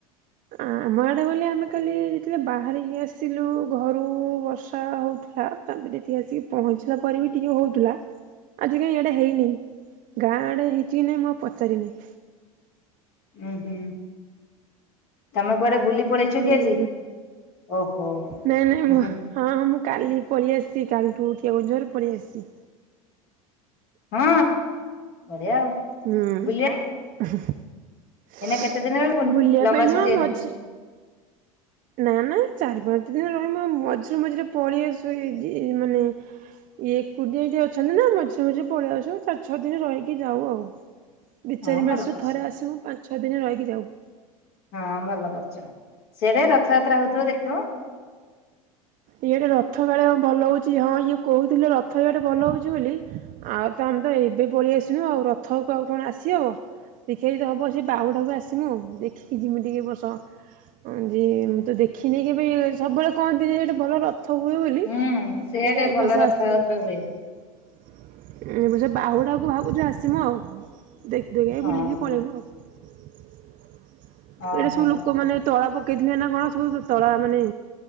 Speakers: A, on the right; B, on the left.
A: ଆମ ଆଡେ ଗଲେ ଆମେ କାଲି ଯେତେବେଳେ ବାହାରିକି ଆସିଲୁ ଘରୁ ବର୍ଷା ହଉଥିଲୁ ହ ତାପରେ ଏଠି ଆସିକି ପହଞ୍ଚିଲା ପରେ ବି ଟିକେ ହେଉଥିଲା ଆଜି କାଇଁ ଏଇଡେ ହେଇନି ଗାଁଆଡେ ହେଇଛି କି ନାଇଁ ମୁଁ ଆଉ ପଚାରିନି।
B: ହୁଁ ହୁଁ। ତମେ କୁଆଡେ ବୁଲି ପଳେଇଛ
A: ମୁଁ
B: କି ଆଜି ଓହୋ ଉ
A: ନାଇଁ ନାଇଁ ମୁଁ
B: ହୁ
A: ହଁ ହଁ ମୁଁ କାଲି ପଳେଇଆସିଛି କାଲିଠୁ କେଉଁଝର ପଳେଇଆସିଛି।
B: ହଁ ବଢିଆ ଆଉ
A: ହୁଁ
B: ବୁଲିବା
A: ବୁଲିବା
B: ଏଇନା କେତେ ଦିନ ପୁଣି ଲମ୍ବା
A: ପାଇଁ
B: ଛୁଟି
A: ନୁହ
B: ଏଇନା।
A: ମଝ ନା ନା ଚାରି ପାଞ୍ଚ ଦିନ ରହିମୁ ମୁ ମଝିରେ ମଝିରେ ପଳେଇ ଆସୁ ଏଇ ଡି ମାନେ ଇଏ ଏକୁଟିଆ ଏଇଠି ଅଛନ୍ତି ନା ମଝିରେ ମଝିରେ ପଳେଇଆ ଆସିବ ଚାରି ଛଅ ଦିନ ରହିକି ଯାଉ ଆଉ- ଦି
B: ହଁ
A: ଚାରି ମାସରେ
B: ଭଲ କରିଛ
A: ଥରେ ଆସିବୁ ପାଞ୍ଚ ଛଅ ଦିନରେ ରହିକି ଯାଉ-
B: ହଁ ଭଲ କରୁଛ ସେଆଡେ ରଥଯାତ୍ରା ହଉଥିବ ଦେଖିବ।
A: ଇଆଡେ ରଥ କାଳେ ଭଲ ହଉଛି ହଁ ଇଏ କହୁଥିଲେ ରଥ ଇଆଡେ ଭଲ ହଉଛି ବୋଲି। ଆଉ ତ ଆମେ ତ ଏବେ ପଳେଇଆସିନୁ ଆଉ ରଥକୁ ଆଉ କଣ ଆସିହବ। ଦେଖିବା ଯଦି ହେବ ସେ ବାହୁଡ଼ାକୁ ଆସିମୁ ଦେଖିକି ଯିମି ଟିକେ ଏବର୍ଷ - ଯେ ମୁଁ ତ ଦେଖିନି କେବେ ସବୁବେଳେ କହନ୍ତି ଯେ ଏଟେ ଭଲ ର ଥ ହୁଏ ବୋଲିଦେଖିଆ
B: ହୁଁ ସେଆଡେ
A: ଏବର୍ଷ
B: ଭଲ ରଥଯାତ୍ରା
A: ଆସିିମି- ଉ
B: ହୁଏ।
A: ଏ ବର୍ଷ ବାହୁଡାକୁ ଭାବୁଛୁ ଆସିମୁ ଆଉ ଦେଖିଦେଖି
B: ହଁ
A: ବୁଲିକି ପଳେଇବୁ ଆଉ ଏଟା
B: ଓହୋ
A: ସବୁ ଲୋ ଲୋକ ମାନେ ତଳା ପକେଇଥିଲେ ନା କଣ ସବୁ ତଳା ମାନେ